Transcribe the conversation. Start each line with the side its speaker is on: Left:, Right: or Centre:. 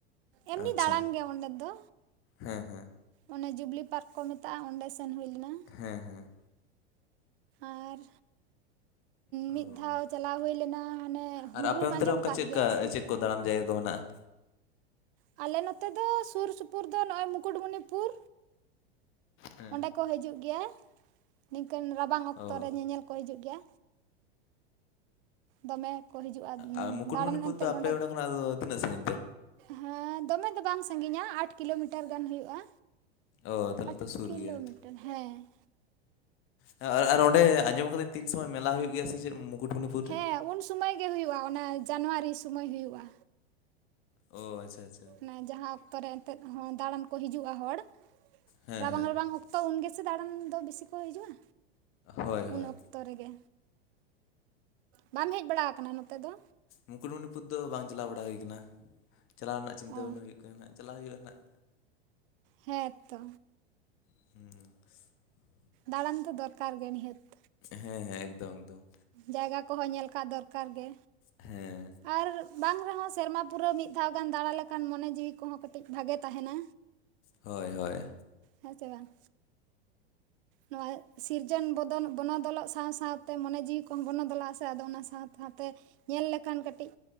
Right: ᱮᱢᱱᱤ
Left: ᱟᱪᱪᱷᱟ
Right: ᱫᱟᱬᱟᱱ ᱜᱮ ᱚᱸᱰᱮ ᱫᱚ᱾
Left: ᱦᱮᱸ ᱦᱮᱸ
Right: ᱚᱱᱮ ᱡᱩᱵᱽᱞᱤ ᱯᱟᱨᱠ ᱠᱚ ᱢᱮᱛᱟᱜᱼᱟ ᱚᱸᱰᱮ ᱥᱮᱱ ᱦᱩᱭ ᱞᱮᱱᱟ᱾
Left: ᱦᱮᱸ ᱦᱮᱸ
Right: ᱟᱨ
Left: ᱚ
Right: ᱢᱤᱫ ᱫᱷᱟᱣ ᱪᱟᱞᱟᱣ ᱦᱩᱭ ᱞᱮᱱᱟ ᱦᱟᱱᱮ ᱦᱩᱰᱨᱩᱢ
Left: ᱟᱨ ᱟᱯᱮ ᱚᱱᱛᱮ
Right: ᱟᱸᱡᱚᱢ
Left: ᱨᱮ ᱚᱱᱠᱟ
Right: ᱠᱟᱜ
Left: ᱪᱮᱫᱠᱟ
Right: ᱜᱮᱭᱟ ᱥᱮ
Left: ᱪᱮᱫ ᱠᱚ ᱫᱟᱬᱟᱱ ᱡᱟᱭᱜᱟ ᱠᱚ ᱢᱮᱱᱟᱜᱼᱟ?
Right: ᱟᱞᱮ ᱱᱚᱛᱮ ᱫᱚ ᱥᱩᱨ ᱥᱩᱯᱩᱨ ᱫᱚ ᱱᱚᱜᱼᱚᱭ ᱢᱩᱠᱩᱴᱢᱩᱱᱤᱯᱩᱨ
Left: ᱦᱮᱸ
Right: ᱚᱸᱰᱮ ᱠᱚ ᱦᱤᱡᱩᱜ ᱜᱮᱭᱟ ᱱᱤᱝᱠᱟᱹᱱ ᱨᱟᱵᱟᱝ ᱚᱠᱛᱚ
Left: ᱚ
Right: ᱨᱮ ᱧᱮᱧᱮᱞ᱾ ᱠᱚ ᱦᱤᱡᱩᱜ ᱜᱮᱭᱟ ᱫᱚᱢᱮ ᱠᱚ ᱦᱤᱡᱩᱜᱼᱟ
Left: ᱟᱨ ᱢᱩᱠᱩᱴᱢᱩᱱᱤᱯᱩᱨ
Right: ᱫᱟᱬᱟᱱ ᱮᱱᱛᱮᱫ
Left: ᱫᱚ
Right: ᱱᱚᱰᱮ
Left: ᱟᱯᱮ ᱚᱸᱰᱮ ᱠᱷᱚᱱᱟᱜ ᱫᱚ ᱛᱤᱱᱟᱹᱜ ᱥᱟᱺᱜᱤᱧ ᱛᱮ
Right: ᱦᱮᱸ ᱫᱚᱢᱮ ᱫᱚ ᱵᱟᱝ ᱥᱟᱺᱜᱤᱧᱟ ᱟᱴ ᱠᱤᱞᱚᱢᱤᱴᱟᱨ ᱜᱟᱱ ᱦᱩᱭᱩᱜᱼᱟ
Left: ᱚ ᱛᱟᱦᱚᱞᱮ
Right: ᱟᱴ
Left: ᱛᱚ ᱥᱩᱨ
Right: ᱠᱤᱞᱚᱢᱤᱴᱟᱨ
Left: ᱜᱮᱭᱟ
Right: ᱦᱮᱸ
Left: ᱟᱨ ᱟᱨ ᱚᱸᱰᱮ ᱟᱸᱡᱚᱢ ᱠᱟᱹᱫᱟᱹᱧ ᱛᱤᱱ ᱥᱚᱢᱚᱭ ᱢᱮᱞᱟ ᱦᱩᱭᱩᱜ ᱜᱮᱭᱟ ᱥᱮ ᱪᱮᱫ ᱢᱩᱠᱩᱴᱢᱩᱱᱤᱯᱩᱨ ᱨᱮ?
Right: ᱦᱮᱸ ᱩᱱ ᱥᱩᱢᱟᱹᱭ ᱜᱮ ᱦᱩᱭᱩᱜᱼᱟ ᱚᱱᱟ ᱡᱟᱱᱣᱟᱨᱤ ᱥᱩᱢᱟᱹᱭ ᱦᱩᱭᱩᱜᱼᱟ᱾
Left: ᱚ ᱟᱪᱪᱷᱟ ᱟᱪᱷᱟ
Right: ᱦᱮᱸ ᱡᱟᱦᱟᱸ ᱚᱠᱛᱚ ᱨᱮ ᱮᱱᱛᱮᱫ ᱦᱮᱸ ᱫᱟᱬᱟᱱ ᱠᱚ ᱦᱤᱡᱩᱜᱼᱟ ᱦᱚᱲ
Left: ᱦᱮᱸ
Right: ᱨᱟᱵᱟᱝ
Left: ᱦᱮᱸ
Right: ᱨᱟᱵᱟᱝ ᱚᱠᱛᱚ ᱛᱚ ᱩᱱ ᱜᱮ ᱥᱮ ᱫᱟᱬᱟᱱ ᱫᱚ ᱵᱤᱥᱤ ᱠᱚ ᱦᱤᱡᱩᱜᱼᱟ
Left: ᱦᱳᱭ
Right: ᱩᱱ
Left: ᱦᱳᱭ
Right: ᱚᱠᱛᱮ ᱚᱠᱛᱚ ᱨᱮᱜᱮ ᱵᱟᱢ ᱦᱮᱡ ᱵᱟᱲᱟ ᱟᱠᱟᱱᱟ ᱱᱚᱛᱮ ᱫᱚ
Left: ᱢᱩᱠᱩᱴᱢᱩᱱᱤᱯᱩᱨ ᱫᱚ ᱵᱟᱝ ᱪᱟᱞᱟᱣ ᱵᱟᱲᱟ ᱦᱩᱭ ᱠᱟᱱᱟ ᱪᱟᱞᱟᱣ ᱨᱮᱱᱟᱜ ᱪᱤᱱᱛᱟᱹ
Right: ᱚ
Left: ᱵᱦᱟᱵᱽᱱᱟ ᱦᱩᱭᱩᱜ ᱠᱟᱱᱟ ᱪᱟᱞᱟᱣ ᱦᱩᱭᱩᱜᱼᱟ ᱦᱟᱸᱜ
Right: ᱦᱮᱸᱛᱚ
Left: <inaudible>
Right: ᱫᱟᱬᱟᱱ ᱛᱚ ᱫᱚᱨᱠᱟᱨ ᱜᱮ ᱱᱤᱦᱟᱹᱛᱤ
Left: ᱦᱮᱸ ᱦᱮᱸ ᱮᱠᱫᱚᱢ ᱫᱚᱢ
Right: ᱡᱟᱭᱜᱟ ᱠᱚᱦᱚᱸ ᱧᱮᱞ ᱠᱟᱜ ᱫᱚᱨᱠᱟᱨ ᱜᱮ
Left: ᱦᱮᱸ
Right: ᱟᱨ ᱵᱟᱝ ᱨᱮᱦᱚᱸ ᱥᱮᱨᱢᱟ ᱯᱩᱨᱟᱹᱣ ᱢᱤᱫ ᱫᱷᱟᱣ ᱜᱟᱱ ᱫᱟᱬᱟ ᱞᱮᱠᱷᱟᱱ ᱢᱚᱱᱮ ᱡᱤᱣᱤ ᱠᱚᱦᱚᱸ ᱠᱟᱹᱴᱤᱡ ᱵᱷᱟᱜᱮ ᱛᱟᱦᱮᱱᱟ
Left: ᱦᱳᱭ ᱦᱳᱭ
Right: ᱦᱮᱸ ᱥᱮ ᱵᱟᱝ ᱱᱚᱣᱟ ᱥᱤᱨᱡᱚᱱ ᱵᱚᱫᱚᱞ ᱵᱚᱱᱚᱫᱚᱞᱚᱜ ᱥᱟᱶ ᱥᱟᱶᱛᱮ ᱢᱚᱱᱮ ᱡᱤᱣᱤ ᱠᱚᱦᱚᱸ ᱵᱚᱱᱚᱫᱚᱞᱚᱜ ᱟᱥᱮ ᱟᱫᱚ ᱚᱱᱟ ᱥᱟᱶ ᱥᱟᱶᱛᱮ ᱧᱮᱞ ᱞᱮᱠᱷᱟᱱ ᱠᱟᱹᱴᱤᱡ